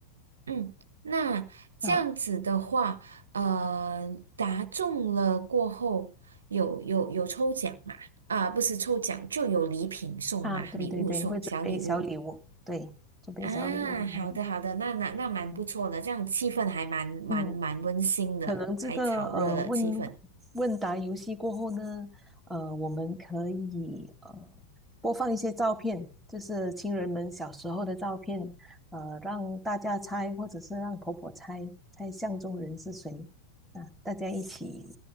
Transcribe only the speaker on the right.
嗯，那这样子的话，
呃，答中了过后有有有抽奖嘛？啊，不是抽奖，就有礼品送嘛，
礼物送，
小礼物
啊。好的好的，那那那蛮不错的，
这样气氛还蛮蛮蛮温馨的，
还炒热了气氛。